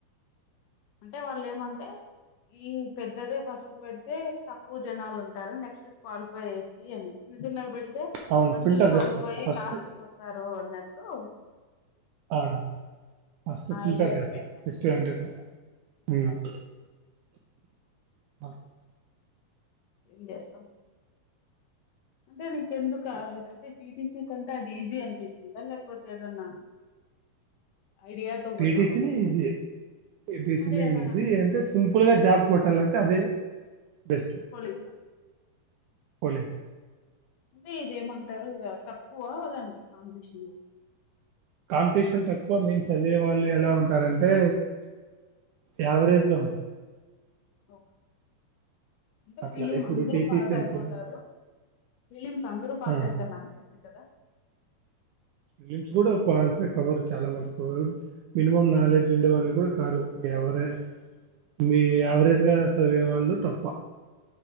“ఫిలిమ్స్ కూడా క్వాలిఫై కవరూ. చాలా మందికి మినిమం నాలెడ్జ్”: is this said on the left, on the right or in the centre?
Right